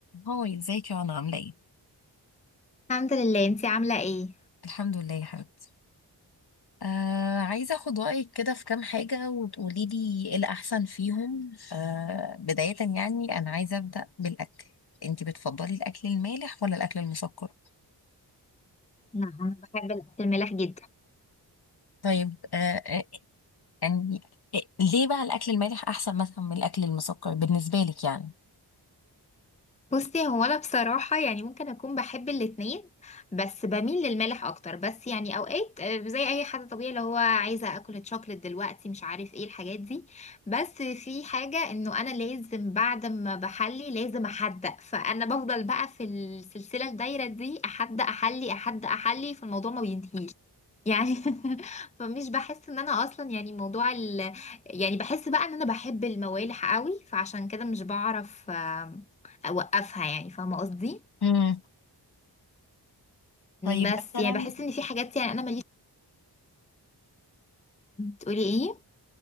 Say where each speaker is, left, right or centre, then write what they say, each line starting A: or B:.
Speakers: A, on the left; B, on the left.
A: هاي ازيك يا رنا عاملة ايه؟
B: الحمد لله انتي عاملة ايه؟
A: الحمد لله يا حبيبتي آه عايزة اخد رأيك كده في كام حاجة وتقولي لي ايه الأحسن فيهم آه بداية يعني أنا عايزة أبدأ بالأكل انتي بتفضلي الأكل المالح ولا الأكل المسكر؟
B: نعم انا بحب الاكل المالح جدا
A: طيب آه آه، يعني آه، ليه بقى الأكل المالح أحسن مثلا من الأكل المسكر بالنسبة لك يعني؟
B: بصي هو انا بصراحه يعني ممكن اكون بحب الاتنين بس بميل للمالح اكتر بس يعني اوقات آه، زي اي حد طبيعي اللي هو عايزه اكل تشوكلت دلوقتي مش عارف ايه الحاجات دي بس في حاجه انه انا لازم بعد ما بحلي لازم احدق فانا بفضل بقى في السلسله الدايره دي احدق احلي احدق احلي فالموضوع ما بينتهيش يعني <laughs> فمش بحس ان انا اصلا يعني موضوع ال... يعني بحس بقى ان انا بحب الموالح قوي فعشان كده مش بعرف اوقفها يعني فاهمه قصدي
A: امم طيب
B: بس
A: مثلا
B: يعني بحس ان في حاجات يعني انا ماليش تقولي ايه